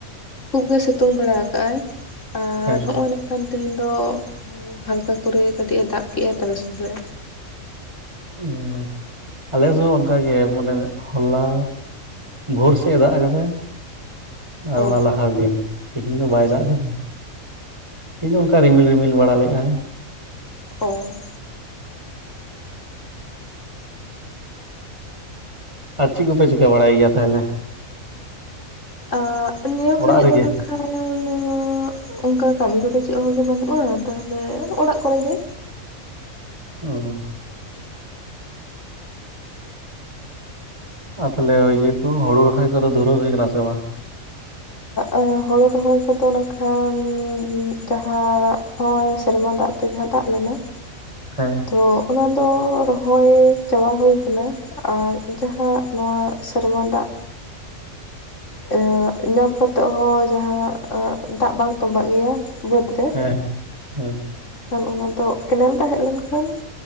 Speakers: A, on the left; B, on the right.
A: ᱠᱷᱩᱵ ᱜᱮ ᱥᱤᱛᱩᱝ ᱵᱟᱲᱟ ᱟᱠᱟᱫ ᱟᱭ ᱟᱨ
B: ᱦᱮᱸ
A: ᱦᱚᱸᱜ-ᱚᱭ ᱱᱮᱠᱷᱟᱱ ᱛᱮᱦᱮᱸᱧ ᱫᱚ ᱦᱟᱞᱠᱟ ᱠᱚᱨᱮ ᱠᱟᱹᱴᱤᱡ ᱮ ᱫᱟᱜ ᱠᱮᱫᱼᱟ ᱛᱟᱨᱟᱥᱤ ᱵᱮᱲᱮ᱾
B: ᱚᱸ ᱟᱞᱮ ᱫᱚ ᱚᱱᱠᱟᱜᱮ ᱢᱟᱱᱮ ᱦᱚᱞᱟ ᱵᱷᱳᱨ ᱥᱮᱫ ᱮ ᱫᱟᱜ ᱟᱠᱟᱫᱟᱭ᱾ ᱟᱨ
A: ᱚ
B: ᱚᱱᱟ ᱞᱟᱦᱟ ᱫᱤᱱ ᱛᱮᱦᱤᱧ ᱫᱚ
A: ᱟᱪᱪᱷᱟ
B: ᱵᱟᱭ ᱫᱟᱜ ᱠᱟᱫᱟᱭ᱾ ᱛᱮᱦᱧ ᱫᱚ ᱚᱱᱠᱟ ᱨᱤᱢᱤᱞ ᱨᱤᱢᱤᱞ ᱵᱟᱲᱟ ᱞᱮᱫᱼᱟ᱾
A: ᱚ
B: ᱟᱨ ᱪᱮᱫ ᱠᱚᱯᱮ ᱪᱤᱠᱟᱹ ᱵᱟᱲᱟᱭ ᱜᱮᱭᱟ ᱛᱟᱦᱚᱞᱮ?
A: ᱟ ᱱᱤᱭᱟᱹ ᱜᱷᱟᱹᱲᱤᱡ
B: ᱚᱲᱟᱜ ᱨᱮᱜᱮ
A: ᱫᱚ ᱚᱱᱟ, ᱠᱷᱟᱱ <unintelligible> ᱚᱱᱠᱟ ᱠᱟᱹᱢᱤ ᱠᱚᱫᱚ ᱪᱮᱫ ᱦᱚᱸᱛᱚ ᱵᱟᱹᱱᱩᱜᱼᱟ ᱛᱟᱦᱚᱞᱮ ᱚᱲᱟᱜ ᱠᱚᱨᱮ ᱜᱮ᱾
B: ᱚ ᱟᱨ ᱛᱟᱦᱚᱞᱮ ᱤᱭᱟᱹ ᱠᱚ ᱦᱩᱲᱩ ᱨᱚᱦᱚᱭ ᱠᱚᱫᱚ ᱫᱷᱩᱨᱟᱹᱣ ᱦᱩᱭ ᱠᱟᱱᱟ ᱥᱮ ᱵᱟᱝ?
A: ᱟᱻᱟ ᱦᱳᱲᱩ ᱨᱚᱦᱚᱭ ᱠᱚᱫᱚ ᱱᱟᱠᱷᱟᱱ ᱡᱟᱦᱟᱸ ᱱᱚᱜᱼᱚᱭ ᱥᱮᱨᱢᱟ ᱫᱟᱜ ᱛᱮ ᱡᱟᱦᱟᱸ ᱫᱟᱜ ᱞᱮᱱᱟ, <inaudible>
B: ᱦᱮᱸ
A: ᱛᱚ ᱚᱱᱟ ᱫᱚ ᱨᱚᱦᱚᱭ ᱪᱟᱵᱟ ᱦᱩᱭ ᱟᱠᱟᱱᱟ᱾ ᱟᱨ ᱡᱟᱦᱟᱸ ᱱᱚᱣᱟ ᱥᱮᱨᱢᱟ ᱫᱟᱜ <unintelligible> ᱧᱟᱢ ᱠᱟᱛᱮᱜ ᱦᱚᱸ ᱡᱟᱦᱟᱸ ᱫᱟᱜ ᱵᱟᱝ ᱛᱵᱟᱜ ᱜᱮᱭᱟ, ᱵᱟᱹᱫᱽ ᱨᱮ
B: ᱦᱮᱸ ᱦᱮᱸ
A: ᱠᱷᱟᱱ ᱚᱱᱟ ᱫᱚ ᱠᱮᱱᱮᱞ ᱫᱟᱜ ᱦᱮᱡ ᱞᱮᱱᱠᱷᱟᱱ,